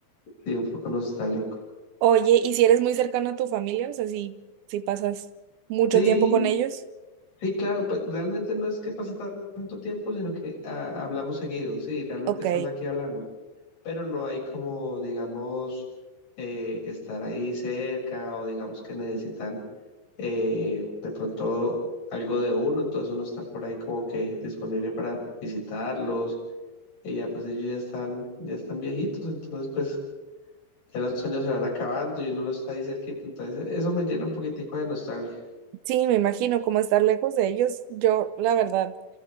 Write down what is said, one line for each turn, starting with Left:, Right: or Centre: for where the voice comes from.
Left: sí, un poco nostálgico.
Right: Oye, ¿y si eres muy cercano a tu familia? O sea, si, si pasas mucho
Left: Sí,
Right: tiempo con ellos.
Left: sí, claro, pues realmente no es que pase tanto tiempo, sino que ah, hablamos seguido, sí, realmente
Right: Ok.
Left: estando aquí hablamos. pero no hay como, digamos, eh, estar ahí cerca o digamos que necesitan eh, de pronto algo de uno, entonces uno estar por ahí como que disponible para visitarlos, y ya pues ellos ya están, ya están viejitos, entonces pues ya los años se van acabando y uno no está ahí cerquita, entonces eso me llena un poquitico de nostalgia.
Right: Sí, me imagino como estar lejos de ellos. Yo, la verdad,